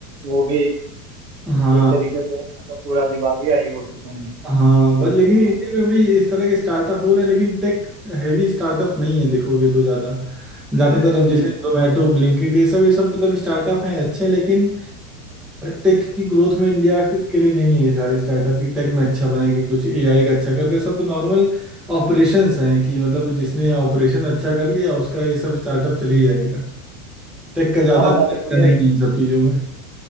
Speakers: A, on the right; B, in the centre.
A: वो भी
B: हाँ
A: एक तरीके से मतलब पूरा दिवालिया ही हो चुके हैं
B: हाँ बट लेकिन
A: हाँ
B: इंडिया में भी इस तरह के स्टार्टअप हो रहे हैं लेकिन टेक हैवी स्टार्टअप्स नहीं है देखोगे तो ज़्यादा ज़्यादातर अब
A: हम्म,
B: जैसे जोमेटो ब्लिंकिट ये सब ये सब मतलब स्टार्टअप हैं अच्छे लेकिन टेक की ग्रोथ में इंडिया के लिए नहीं है ये सारे स्टार्टअप की टेक में अच्छा बनाएगी कुछ एआई का अच्छा करते हैं सब तो नॉर्मल ऑपरेशंस हैं कि मतलब जिसने ऑपरेशन अच्छा कर लिया उसका ये सब स्टार्टअप चल ही जाएगा टेक का ज़्यादा
A: हाँ,
B: लेना
A: मतलब मुझे
B: नहीं है इन सब चीज़ों में